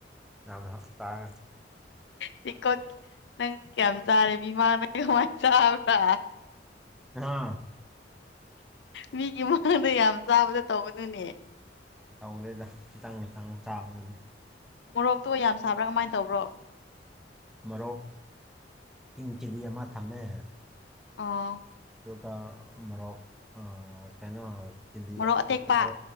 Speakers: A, in the centre; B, on the left.
A: ꯌꯥꯝꯅ ꯇꯥꯡꯉꯦ
B: ꯇꯦꯡꯀꯣꯠ ꯅꯪ ꯀꯌꯥꯝ ꯆꯥꯔꯦ ꯃꯤꯃꯥꯅ ꯀꯃꯥꯏꯟ ꯆꯥꯕ꯭ꯔꯥ
A: ꯉꯥ
B: ꯃꯤꯒꯤ ꯃꯃꯥꯡꯗ ꯌꯥꯝ ꯆꯥꯕꯗꯣ ꯇꯧꯒꯅꯨꯅꯦ
A: ꯇꯧꯗꯦꯗ ꯈꯤꯇꯪ ꯈꯤꯇꯪ ꯆꯥꯕꯗꯨꯅꯤ
B: ꯃꯣꯔꯣꯛꯇꯣ ꯌꯥꯝ ꯁꯥꯕ꯭ꯔꯥ ꯀꯃꯥꯏꯟ ꯇꯧꯕ꯭ꯔꯣ
A: ꯃꯔꯣꯛ ꯀꯤꯡ ꯆꯤꯜꯂꯤ ꯑꯃ ꯊꯝꯃꯦ
B: ꯑꯣ
A: ꯑꯗꯨꯒ ꯃꯔꯣꯛ ꯑ ꯀꯩꯅꯣ ꯆꯤꯜꯂꯤ
B: ꯃꯣꯔꯣꯛ
A: ꯑꯄꯤꯛꯄꯗꯣ
B: ꯑꯇꯦꯛꯄ